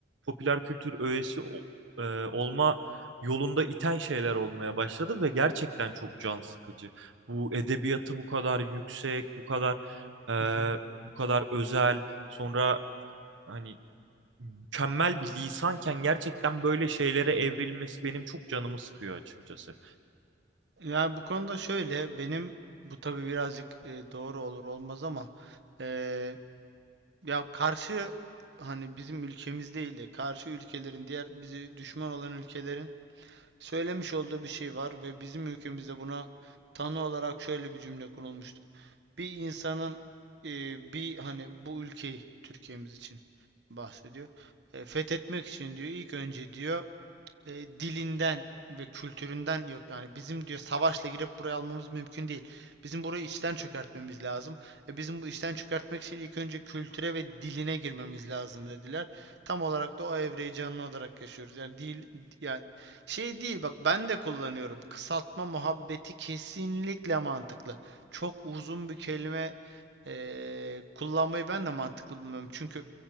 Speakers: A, on the right; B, on the right.
A: popüler kültür öğesi o- e, olma yolunda iten şeyler olmaya başladı ve gerçekten çok can sıkıcı. Bu edebiyatı bu kadar yüksek, bu kadar e,
B: Hı hı.
A: bu kadar özel, sonra hani mükemmel bir lisanken gerçekten böyle şeylere evrilmesi benim çok canımı sıkıyor açıkçası.
B: Yani bu konuda şöyle benim bu tabii birazcık e, doğru olur olmaz ama e, ya karşı hani bizim ülkemiz değil de karşı ülkelerin diğer bizi düşman olan ülkelerin söylemiş olduğu bir şey var ve bizim ülkemizde buna tanı olarak şöyle bir cümle kurulmuştu. Bir insanın e, bir hani bu ülkeyi Türkiye'miz için bahsediyor. E, fethetmek için diyor ilk önce diyor e, dilinden ve kültüründen yok yani bizim diyor savaşla girip buraya almamız mümkün değil. Bizim burayı içten çökertmemiz lazım. E bizim bu içten çökertmek için ilk önce kültüre ve diline girmemiz lazım dediler. Tam olarak da o evreyi canlı olarak yaşıyoruz. Yani dil yani şey değil bak ben de kullanıyorum. Kısaltma muhabbeti kesinlikle mantıklı. Çok uzun bir kelime eee, kullanmayı ben de mantıklı bulmuyorum. Çünkü